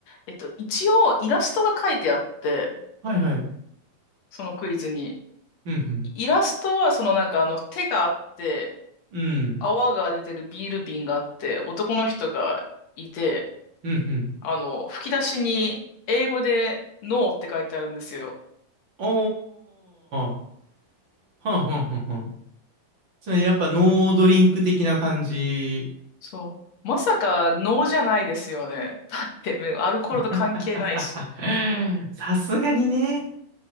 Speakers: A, on the left; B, on the right.
A: えっと、一応イラストが書いてあって、
B: はいはい。
A: そのクイズに。
B: うん、
A: イラストはそのなんかあの手があって、
B: うん。うん、
A: 泡が出てるビール瓶があって、男の人がいて、
B: うん、うん。
A: あの、吹き出しに英語でノーって書いてあるんですよ。
B: おー。はんはんはんはん。それやっぱノードリンク的な感じ。
A: そう。まさかノーじゃないですよね。だって、ねアルコールと関係ないし。
B: <laughs> さすがにね。